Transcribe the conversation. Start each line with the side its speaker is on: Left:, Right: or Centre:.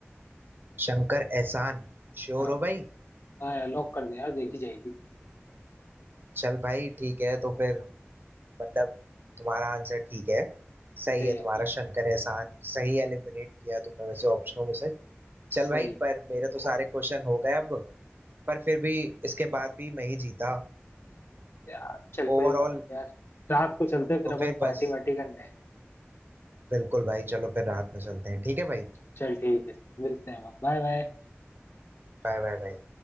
Right: शंकर एहसान श्योर
Left: हाँ
Right: हो भाई
Left: हाँ लॉक कर दे यार देखी जाएगी
Right: चल भाई ठीक है तो फिर मतलब तुम्हारा आंसर ठीक है सही
Left: सही
Right: है तुम्हारा
Left: है ना
Right: शंकर एहसान सही एलिमिनेट किया तुमने वैसे ऑप्शनों में से चल
Left: सही
Right: भाई पर मेरे तो सारे क्वेश्चन हो गए अब पर फिर भी इसके बाद भी मैं ही जीता
Left: यार चल कोई
Right: ओवरऑल
Left: बात नहीं यार रात को चलते हैं, फिर
Right: तो
Left: अपन
Right: फिर
Left: पार्टी
Right: बस
Left: वार्टी करने
Right: बिल्कुल भाई चलो फिर रात में चलते हैं ठीक है भाई
Left: चल ठीक है मिलते हैं बाय बाय
Right: Bye bye bye